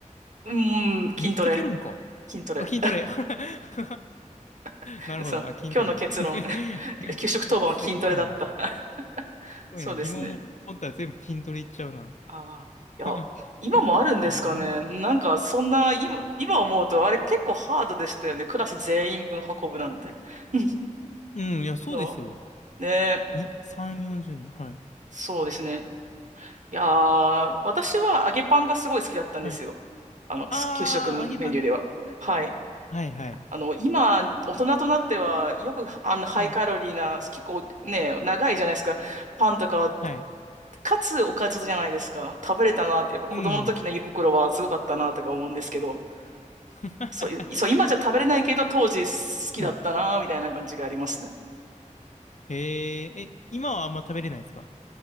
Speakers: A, on the right; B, on the left.
A: うん、
B: 持ってけるんか
A: 筋トレ。筋トレ。
B: あ、筋トレ。<laughs>
A: <laughs>
B: なるほど。
A: そう。
B: あ、筋トレ。
A: 今日の結論。
B: <laughs>
A: <laughs> 給食当番は筋トレだった。
B: せこいな。せ
A: <laughs>
B: こいな。
A: そうですね。
B: 疑問持ったら全部筋トレいっちゃうな。
A: ああ、いや、
B: <laughs>
A: 今もあるんですかね。
B: あ、なるほどね
A: なんか、そんな、今、今思うと、あれ結構ハードでしたよね。クラス全員分運ぶなんて。<laughs> うん
B: うん、いや、そうですよ。
A: いやねえ、
B: に、3、40人。はい。
A: そうですね。いやー、私は揚げパンがすごい好きだったんですよ。
B: はい。
A: あの、
B: あー、
A: す給食のメニューでは。
B: 揚げパンね。
A: はい。
B: はいはい。
A: あの、今、大人となっては、よく、あの、ハイカロリーな、
B: はい。
A: 結構ね、長いじゃないですか。パンとかは、
B: はい。
A: かつおかずじゃないですか。食べれたなって、やっぱ子供の時の胃袋はすごかったなとか思うんですけど、
B: うん。<laughs>
A: そう、いそう、今じゃ食べれないけど、当時好きだったなーみたいな感じがありますね。
B: はい。えー、え、今はあんま食べれないですか